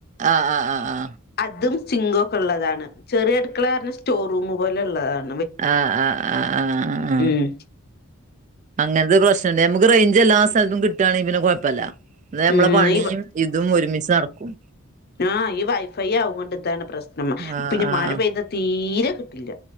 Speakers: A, on the right; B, on the left.
A: ആ ആ ആ ആ
B: അതും സിംഗോ ഒക്കെ ഇള്ളതാണ് ചെറിയ അടുക്കള പറഞ്ഞ സ്റ്റോറൂം പോലെ ഇള്ളതാണ്
A: ആ ആ ആ ആ ആ
B: ഉം
A: അങ്ങൻത്തെ പ്രശ്നന്നേ നമുക്ക് റേഞ്ച് എല്ലാ സ്ഥലത്തും കിട്ടാണേ പിന്നെ കൊഴപ്പല ന്നാ നമ്മളെ
B: ഉം
A: പണിയും ഇതും ഒരുമിച്ച് നടക്കും
B: ആഹ് ഈ വൈഫൈ ആവൊണ്ട് ഇതാണ് പ്രശ്നം
A: ആഹ്
B: പിന്നെ
A: ആഹ്
B: മഴ പെയ്താ തീര കിട്ടില്ല